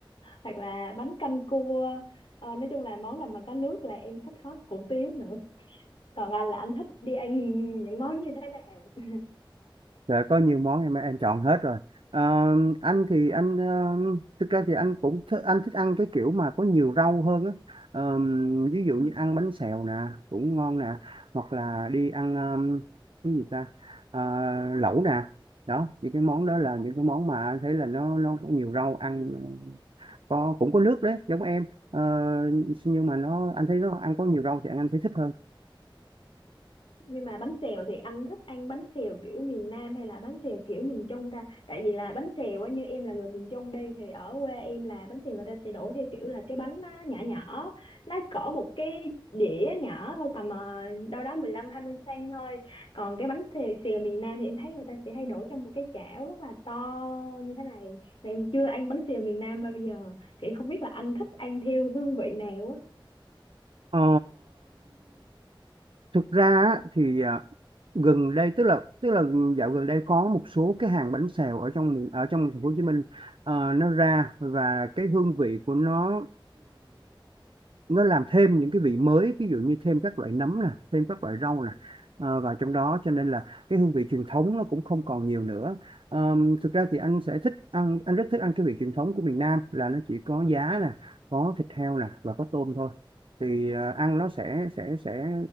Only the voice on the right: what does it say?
dạ có nhiều món em em chọn hết rồi Ờ, anh thì anh ờ, thực ra thì anh cũng thích, anh thích ăn cái kiểu mà có nhiều rau hơn á Ờ, ví dụ
như ăn bánh xèo nè cũng ngon nè hoặc là đi ăn ờ, cái gì ta Ờ, lẩu nè đó những cái món đó là những cái món mà anh thấy là nó nó có nhiều rau ăn có cũng có nước đấy giống em Ờ, nhưng mà nó anh thấy nó ăn có nhiều rau thì anh, anh thấy thích hơn
Ờ, thực ra á, thì à, gần đây tức là tức là dạo gần đây có một số cái hàng bánh xèo ở trong miền- ở trong thành phố Hồ Chí Minh ờ, nó ra và cái hương vị của nó nó làm thêm những cái vị mới ví dụ như thêm các loại nấm nè thêm các loại rau nè ờ, vào trong đó cho nên là cái hương vị truyền thống nó cũng không còn nhiều nữa Ờm, thực ra thì anh sẽ thích ăn anh rất thích ăn cái vị truyền thống của miền Nam là nó chỉ có giá nè có thịt heo nè và có tôm thôi thì ờ, ăn nó sẽ sẽ sẽ